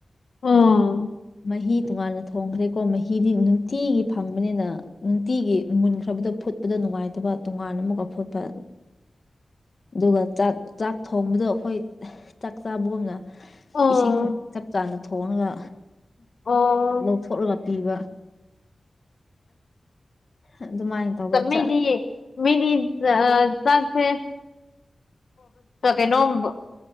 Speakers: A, on the left; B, on the left.
A: ꯑꯣ
B: ꯃꯍꯤ ꯇꯣꯉꯥꯟꯅ ꯊꯣꯡꯈ꯭ꯔꯦꯀꯣ ꯃꯍꯤꯗꯤ ꯅꯨꯡꯇꯤꯒꯤ ꯐꯪꯕꯅꯤꯅ ꯅꯨꯡꯇꯤꯒꯤ ꯃꯨꯟꯈ꯭ꯔꯕꯗꯨ ꯐꯨꯠꯄꯗ ꯅꯨꯡꯉꯥꯏꯇꯕ ꯇꯣꯉꯥꯟ ꯑꯃꯨꯛꯀ ꯐꯨꯠꯄ ꯑꯗꯨꯒ ꯆꯥꯛ ꯆꯥꯛ ꯊꯣꯡꯕꯗꯣ ꯑꯩꯈꯣꯏ ꯆꯥꯛ ꯆꯥꯕꯒꯨꯝꯅ
A: ꯑꯣ
B: ꯏꯁꯤꯡ ꯆꯞ ꯆꯥꯅ ꯊꯣꯡꯉꯒ
A: ꯑꯣ
B: ꯂꯧꯊꯣꯛꯂꯒ ꯄꯤꯕ ꯑꯗꯨꯃꯥꯏꯅ ꯇꯧꯕ
A: ꯃꯤꯗꯤ
B: ꯆ
A: ꯃꯤꯗꯤ ꯆꯥꯛꯁꯦ ꯀꯩꯅꯣꯝ